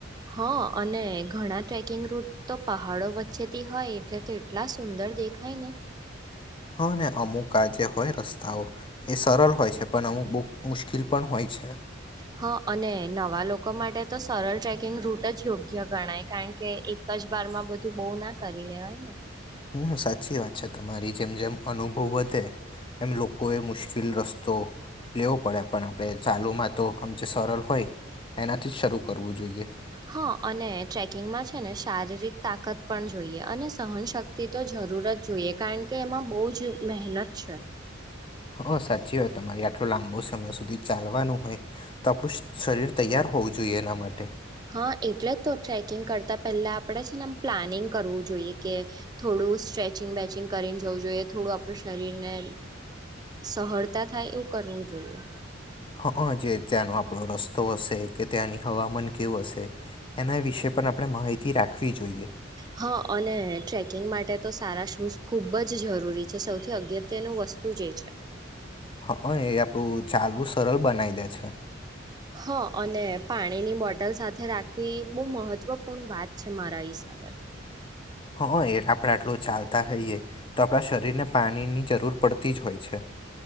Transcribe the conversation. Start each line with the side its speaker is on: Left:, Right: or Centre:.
Right: હ અને ઘણા ટ્રેકિંગ રૂટ તો પહાડો વચ્ચેથી હોય એટલે તો એટલા સુંદર દેખાય ને
Left: હા ને અમુક આજે હોય રસ્તાઓ એ સરળ હોય છે પણ અમુક બ મુશ્કેલ પણ હોય છે
Right: હા અને નવા લોકો માટે તો સરળ ટ્રેકિંગ રૂટ જ યોગ્ય ગણાય કારણકે એક જ બારમાં બધું બહુ ના કરી લેવાય ને
Left: હું સાચી વાત છે તમારી જેમ જેમ અનુભવ વધે એમ લોકોએ મુશ્કેલ રસ્તો લેવો પડે પણ આપણે ચાલુમાં તો આમ જે સરળ હોય એનાથી જ શરૂ કરવું જોઈએ
Right: હા અને ટ્રેકિંગમાં છે ને શારીરિક તાકત પણ જોઈએ અને સહનશક્તિ તો જરૂર જ જોઈએ કારણ કે એમાં બહુ જ મહેનત છે
Left: હા સાચી વાત તમારે આટલો લાંબો સમય સુધી ચાલવાનું હોય તો આપણું શરીર તૈયાર હોવું જોઈએ એના માટે
Right: હા એટલે તો ટ્રેકિંગ કરતાં પહેલા આપણેે છે નેમ પ્લાનિંગ કરવું જોઈએ કે થોડું સ્ટ્રેચિંગ વેચિંગ કરીને જવું જોઈએ થોડું આપણું શરીર ને સહળતા થાય એવું કરવું જોઈએ
Left: હઅ જે ત્યાંનો આપણો રસ્તો હશે કે ત્યાંની હવામાન કેવું હશે એના વિશે પણ આપણે માહિતી રાખવી જોઈએ
Right: હા અને ટ્રેકિંગ માટે તો સારા શોએસ ખૂબ જ જરૂરી છે સૌથી અગત્યનું વસ્તુ જ એ છે
Left: હઅ એ આપડું ચાલવું સરળ બનાવી દે છે
Right: હ અને પાણીની બોટલ સાથે રાખવી બહુ મહત્વપૂર્ણ વાત છે મારા હિસાબે તો
Left: હઅ આપણે આટલું ચાલતા રઈએ તો આપણા શરીરને પાણીની જરૂર પડતી જ હોય છે